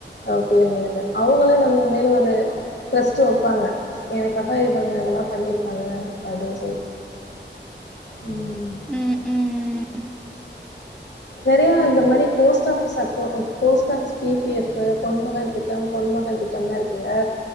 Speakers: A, on the left; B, in the centre.
A: நம்ம பிள்ளைகளுக்கு அவங்களு நம்ம மேல ஒரு ட்ரஸ்ட் வப்பாங்க எனக்காக இவங்க இதெலா பண்ணிருக்காங்க அப்டின் சொல் ம்
B: ம் ம் ம்
A: நெறையா இந்த மாரி போஸ்ட் ஆஃபிஸ் அக்கோ post office P P F Ponmagal திட்டம் பொன்மகன் திட்டம்லா இருக்குல்ல